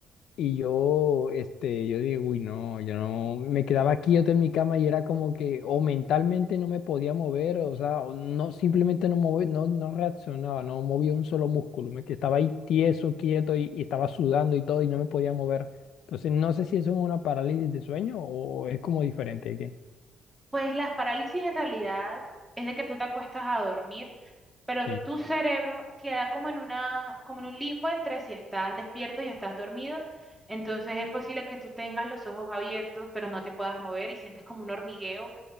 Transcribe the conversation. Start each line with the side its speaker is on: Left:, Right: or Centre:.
Left: y yo, este, yo digo, uy, no, yo no, me quedaba quieto en mi cama y era como que o mentalmente no me podía mover, o sea, o no, simplemente no moví, no, no reaccionaba, no movía un solo músculo, me que estaba ahí tieso, quieto y, y estaba sudando y todo y no me podía mover. Entonces, no sé si eso es una parálisis de sueño o es como diferente, ¿qué?
Centre: Pues las parálisis en realidad es de que tú te acuestas a dormir, pero
Left: Sí,
Centre: tu cerebro queda como en una, como en un limbo entre si estás despierto y estás dormido. Entonces es posible que tú tengas los ojos abiertos, pero no te puedas mover y sientes como un hormigueo,